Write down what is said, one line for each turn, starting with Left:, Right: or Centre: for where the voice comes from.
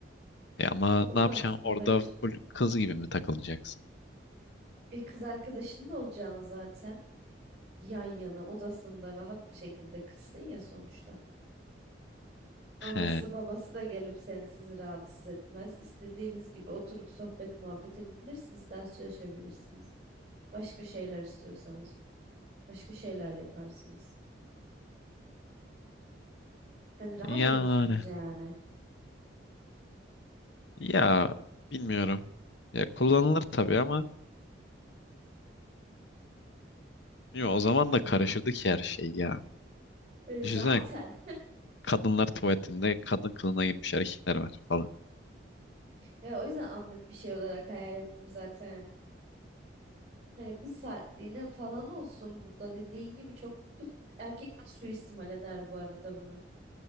Left: E ama
Right: Çok
Left: ne yapacaksın
Right: mantıklı
Left: orada
Right: bence.
Left: full kız gibi mi takılacaksın?
Right: Bir kız arkadaşın da olacağını zaten yan yana odasında rahat bir şekilde kızsın ya sonuçta. Anası
Left: He,
Right: babası da gelip seni sizi rahatsız etmez. İstediğiniz gibi oturup sohbet muhabbet edebilirsiniz. Ders çalışabilirsiniz. Başka şeyler istiyorsanız başka şeyler yaparsınız. Hani rahat
Left: yani
Right: olursunuz yani.
Left: ya bilmiyorum. Ya kullanılır tabii ama yo, o zaman da karışırdı ki her şey ya.
Right: E,
Left: Düşünsene
Right: zaten.
Left: kadınlar tuvaletinde kadın kılığına girmiş erkekler var falan.
Right: Ya o yüzden anlık bir şey olarak hayal ettim zaten. Hani bir saatliğine falan olsun bu da dediğin gibi çok kötü. Erkekler suistimal eder bu arada bunu.